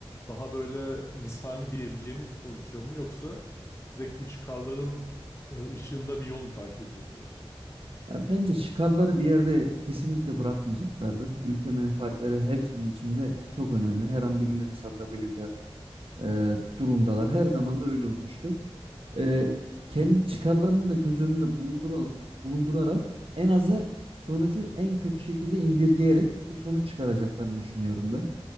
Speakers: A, on the left (about 25°); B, on the right (about 65°).
A: Daha böyle insani diyebileceğimiz bir pozisyon mu yoksa direkt bu çıkarların e, ışığında bir yol mu takip edecekler?
B: Ya bence çıkarları bir yerde kesinlikle bırakmayacaklardır. Ülke menfaatleri hepsinin içinde çok önemli. Her an birilerini satabilirler e, durumdalar. Her zaman da öyle olmuştur. E, kendi çıkarlarını da göz önünde bulundura- bulundurarak en azı sonucu en kötü şekilde indirgeyerek bir sonuç çıkaracaklarını düşünüyorum ben.